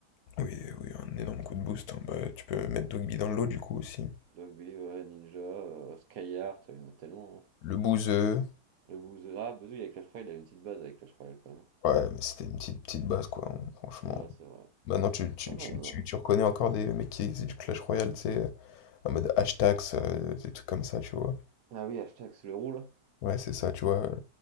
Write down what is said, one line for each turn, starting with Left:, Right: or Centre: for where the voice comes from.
Left: Oui, oui, un énorme coup de boost. hein. Bah, tu peux mettre Dogby dans l'eau du coup aussi.
Right: Dogby, ouais, Ninja, euh, Skyheart, il y en a tellement. hein.
Left: Le bouseux.
Right: Le Bouzeux, ah Bouzeux avec Clash Royale, il a une petite base avec Clash Royale quand même.
Left: Ouais, mais c'était une petite, petite base quoi, hein, franchement.
Right: Ouais c'est vrai.
Left: Maintenant, tu, tu,
Right: Ah non,
Left: tu,
Right: il y en
Left: tu,
Right: a.
Left: tu reconnais encore des mecs qui faisaient du Clash Royale, tu sais, euh, en mode hashtags, euh, des trucs comme ça, tu vois.
Right: Ah oui, hashtag c'est le roux là.
Left: Ouais, c'est ça, tu vois. euh,